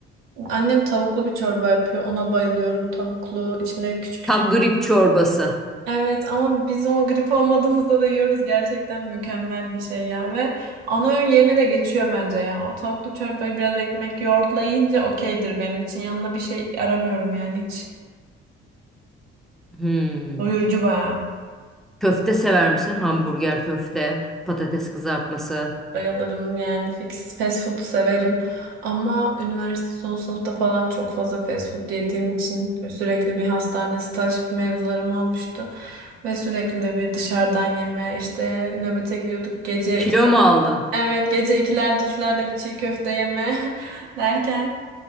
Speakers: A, on the right (about 80°); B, in the centre.
A: Annem tavuklu bir çorba yapıyor. Ona bayılıyorum. Tavuklu, içinde küçük küçük.
B: Tam grip çorbası.
A: Evet ama biz onu grip olmadığımızda da yiyoruz. Gerçekten mükemmel bir şey ya ve ana öğün yerine de geçiyor bence ya. O tavuklu çorbayı biraz ekmek yoğurtla yiyince okeydir benim için. Yanına bir şey aramıyorum yani hiç.
B: Hmm.
A: Doyurucu bayağı.
B: Köfte sever misin? Hamburger köfte, patates kızartması.
A: Bayılırım yani fix fast food severim ama üniversite son sınıfta falan çok fazla fast food yediğim için sürekli bir hastane staj mevzularım olmuştu ve sürekli de bir dışarıdan yeme işte nöbete gidiyorduk gece
B: Kilo
A: iki
B: mu aldın?
A: evet gece ikilerde üçlerde bir çiğ köfte yeme <laughs> derken